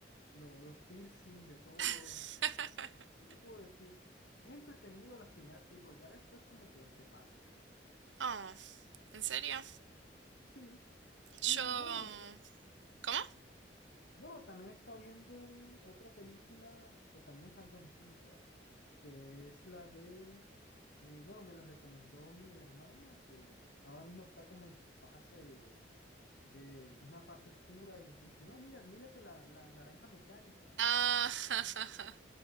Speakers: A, on the left; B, on the right.
A: lo- los piercing de todo.
B: <laughs>
A: ¿Qué te puedo decir? Es entretenido las primeras películas, ya después como que se pasan.
B: Oh, ¿en serio?
A: Sí.
B: Yo...
A: Y bueno, esta-
B: ¿Cómo?
A: bueno, también he estado viendo eh, otra película que también es algo antigua, que es la de, eh, bueno, me la recomendó mi hermana, que ahora mismo está como en su fase de, de una fase oscura, y que no, mira, mírate la, la naranja mecánica,
B: Ah, <laughs>